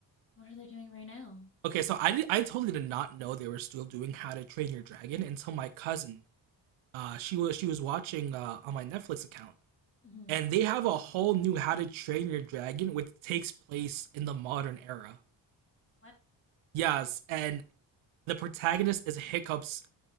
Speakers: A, on the left (about 25°); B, on the right (about 85°).
A: what are they doing right now?
B: Okay, so I did, I totally did not know they were still doing How to Train Your Dragon until my cousin. Uh, she was she was watching uh, on my Netflix account,
A: hmm
B: and they have a whole new How to Train Your Dragon, which takes place in the modern era.
A: Why
B: Yes, and the protagonist is Hiccup's